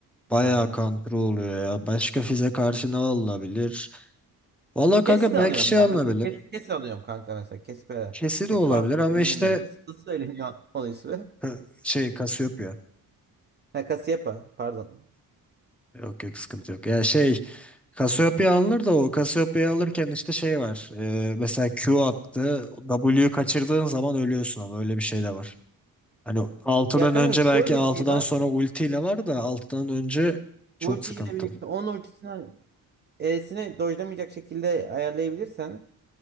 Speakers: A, in the centre; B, on the right (about 30°).
A: bayağı
B: Irelia'nın.
A: kontrol oluyor ya. Başka fize karşı ne alınabilir? Valla kanka
B: Kesi de
A: belki
B: alıyorum
A: şey
B: ben.
A: alınabilir.
B: Mesela kesi, kesi alıyorum kanka mesela. Kesi böyle.
A: Kesi
B: Kesi
A: de olabilir
B: Aa,
A: ama
B: söyleyemiyorum.
A: işte
B: Nasıl, nasıl söyleniyor onun ismi?
A: ha, şey Cassiopeia.
B: Ha, Cassiopeia, pardon.
A: Yok yok sıkıntı yok. Ya şey Cassiopeia alınır da o Cassiopeia alırken işte şey var. E, mesela Q attı. W'yu kaçırdığın zaman ölüyorsun ama öyle bir şey de var. Hani altıdan
B: Ya kanka
A: önce
B: şöyle
A: belki altıdan
B: bir şey var.
A: sonra ultiyle var da altıdan önce çok
B: Ultiyle
A: sıkıntım.
B: birlikte 10 ultisini hani E'sini dojlamayacak şekilde ayarlayabilirsen